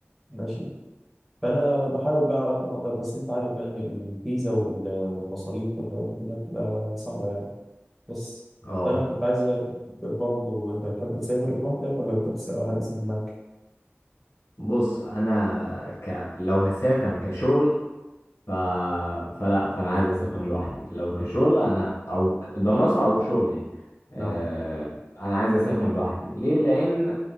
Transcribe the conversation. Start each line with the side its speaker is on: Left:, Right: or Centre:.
Centre: ماشي فانا بحاول بقى على قد ما اقدر بس انت عارف بقى ان الفيزا وال- والمصاريف والحاجات دي كلها بتبقى صعبه يعني بس
Left: اه
Centre: فانا كنت عايز برضه وانت بتحب تسافر لوحدك ولا بتحب تس- حد يسافر معاك؟
Left: بص انا ك... لو هسافر كشغل ف... فلا فانا عايز اسافر لوحدي لو كشغل انا او ك- دراسه او شغل يعني آه...
Centre: اه
Left: انا عايز اسافر لوحدي ليه لان